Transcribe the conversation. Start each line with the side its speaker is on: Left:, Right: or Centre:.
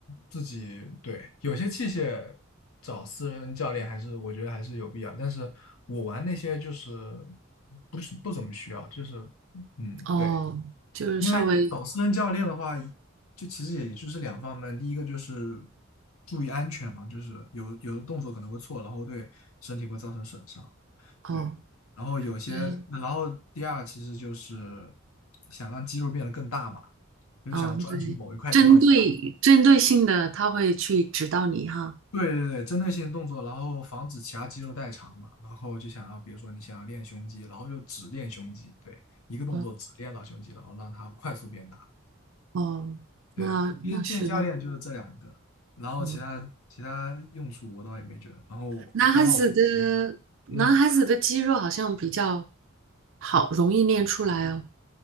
Left: 自己对，有些器械找私人教练还是我觉得还是有必要，但是我玩那些就是不是不怎么需要，就是嗯对，
Right: 哦，就是稍微，
Left: 因为搞私人教练的话，就其实也就是两方面，第一个就是注意安全嘛，就是有有的动作可能会错，然后对身体会造成损伤，
Right: 哦，
Left: 对。然后有些，
Right: 对，
Left: 然后第二其实就是想让肌肉变得更大嘛，就是想专注某一块地方发力。
Right: 嗯，对，针对针对性的，他会去指导你哈。
Left: 对对对，针对性动作，然后防止其他肌肉代偿嘛。然后就想要，比如说你想要练胸肌，然后就只练胸肌，对，一个动作只练到胸肌，
Right: 哦
Left: 然后让它快速变大。
Right: 哦，那那是的，
Left: 对对，其实见教练就是这两个，然后其他其他用处我倒也没觉得。
Right: 嗯，
Left: 然后我刚好我不用，
Right: 男孩子的男孩子的肌肉好像比较
Left: 嗯，
Right: 好，容易练出来哦。